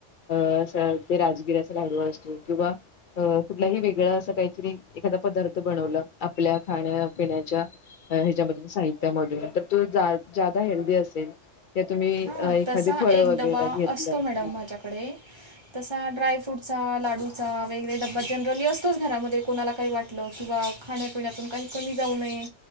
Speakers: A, on the left; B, on the right.
A: अ असं ते राजगिऱ्याचा लाडू असतो किंवा अ कुठलाही वेगळां असं काहीतरी एखादा पदार्थ बनवलं आपल्या खाण्यापिण्याच्या ह्याच्यामधून साहित्यामधून तर तो जा ज्यादा हेल्दी असेल त तुम्ही
B: हां
A: अ एखादी
B: तसा
A: फळं
B: एक
A: वगैरे
B: डबा
A: घेतलं
B: असतो मॅडम
A: ह
B: माझ्याकडे तसा ड्रायफ्रूटचा लाडूचा वैगरे डब्बा जनरली असतोच घरामध्ये कोणाला काही वाटलं किंवा खाण्यापिण्यातून काही कमी जाऊ नये